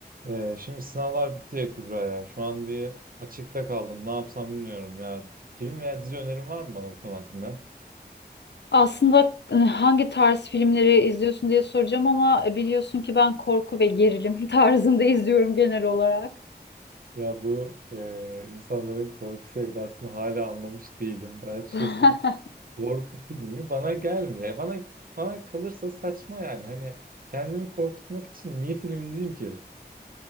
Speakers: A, on the right (about 55°); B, on the left (about 85°).
A: Ee, şimdi sınavlar bitti ya Kübra ya. Şu an bir açıkta kaldım. Ne yapsam bilmiyorum ya. Film veya dizi önerin var mı bana bu konu hakkında?
B: Aslında e, hangi tarz filmleri izliyorsun diye soracağım ama e, biliyorsun ki ben korku ve gerilim <laughs> tarzında izliyorum genel olarak.
A: Ya bu e, insanların korku sevdasını hala anlamış değilim. Ben açıkçası
B: <laughs>
A: korku filmi bana gelmiyor. Yani bana bana kalırsa saçma yani. Hani kendimi korkutmak için niye film izleyeyim ki?